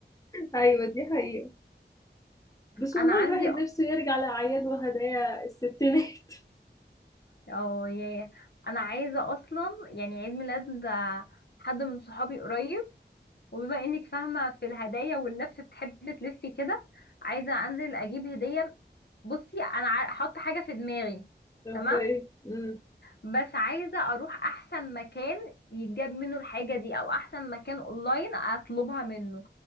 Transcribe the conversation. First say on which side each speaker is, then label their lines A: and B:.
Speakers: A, on the left; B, on the left.
A: ايوه دي حقيقه بس والله
B: انا عندي
A: الواحد نفسه يرجع لاعياد وهدايا الستينات <laughs>
B: اه يا انا عايزه اصلا يعني عيد ميلاد حد من صحابي قريب وبما انك فاهمة في الهدايا واللف بتحبي تلفي كده عايزة انزل اجيب هدية بصي انا عا- حاطة حاجة في دماغي
A: اوكي
B: تمام
A: امم
B: بس عايزة اروح احسن مكان يتجاب منه الحاجة دي او احسن مكان اونلاين اطلبها منه